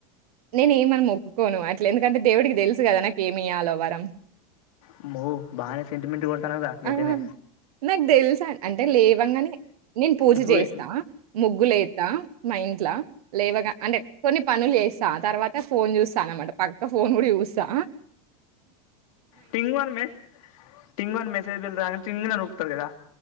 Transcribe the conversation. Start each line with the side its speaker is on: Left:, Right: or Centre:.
Right: నేను ఏమని మొక్కుకోను అట్లా ఎందుకంటే దేవుడికి తెలుసు కదా నాకీ ఏమి ఆవ్వాలోవారం
Left: ఆమ్మో బానే సెంటిమెంట్ కొతానుగా
Right: ఆ!
Left: ఎత్తనే
Right: నాకు తెలుసా అంటే లేవంగానే నేను పూజ
Left: ఇప్పుడు
Right: చేస్తా ముగ్గులుస్తా మా ఇంట్లో లేవగా అంటే కొన్ని పనులు చేస్తా తర్వాత ఫోన్ చూస్తా అనమాట పక్క ఫోన్ కూడా చూస్తా
Left: తింగన్ మే తింగన్ మే బిల్ రా తిన్ని తిం అని ఊపుతరుకదా